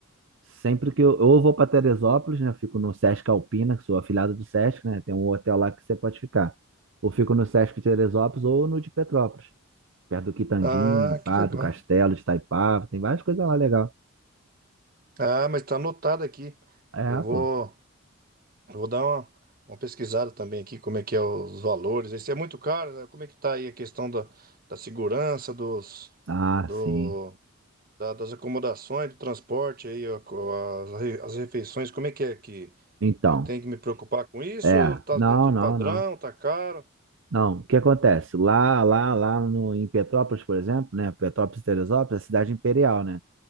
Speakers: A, on the right; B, on the right.
A: Sempre que eu, eu vou para Teresópolis, né? Fico no Sesc Alpina, que sou afiliado do Sesc, né? Tem um hotel lá que você pode ficar. Ou fico no Sesc Teresópolis ou no de Petrópolis. Perto do Quitandinho,
B: Ah,
A: pá,
B: que legal.
A: do Castelo de Itaipava, tem várias coisas lá legal.
B: Ah, mas tá anotado aqui.
A: É,
B: Eu vou,
A: pô.
B: eu vou dar uma, uma pesquisada também aqui, como é que é os valores. Isso é muito caro? né? Como é que tá aí a questão da, da segurança, dos,
A: Ah,
B: do,
A: sim.
B: da- das acomodações, do transporte aí, ó, co- as, re- as refeições, como é que é que
A: Então,
B: eu tenho que me preocupar com isso?
A: é.
B: Tá
A: Não,
B: dentro
A: não,
B: do padrão,
A: não.
B: tá caro?
A: Não, o que acontece? Lá, lá, lá no, em Petrópolis, por exemplo, né? Petrópolis e Teresópolis, é cidade imperial, né?